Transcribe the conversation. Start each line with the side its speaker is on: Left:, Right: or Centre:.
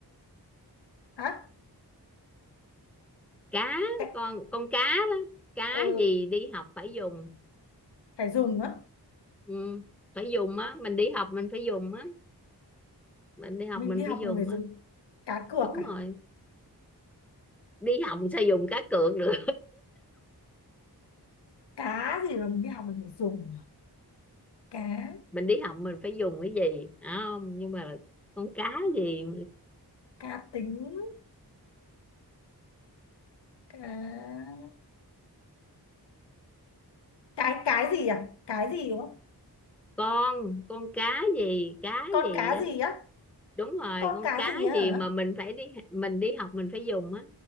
Left: hả
Centre: cá
Left: Cái-
Centre: con con cá đó cá
Left: ừ
Centre: gì đi học phải dùng
Left: phải dùng á
Centre: ừ, phải dùng á mình đi học mình phải dùng á mình đi học
Left: mình
Centre: mình
Left: đi học
Centre: phải dùng
Left: mình phải dùng
Centre: á
Left: cá cược
Centre: đúng
Left: à
Centre: rồi đi học sao dùng cá cược được
Left: cá gì mà mình đi học mình phải dùng à? cá
Centre: mình đi học mình phải dùng cái gì không nhưng mà con cá gì
Left: cá tính cá cái cái gì à cái gì đúng không
Centre: con con cá gì cá
Left: con
Centre: gì
Left: cá
Centre: á
Left: gì á
Centre: đúng rồi
Left: con
Centre: con
Left: cá
Centre: cá
Left: gì á
Centre: gì
Left: hả
Centre: mà mình phải đi mình đi học mình phải dùng á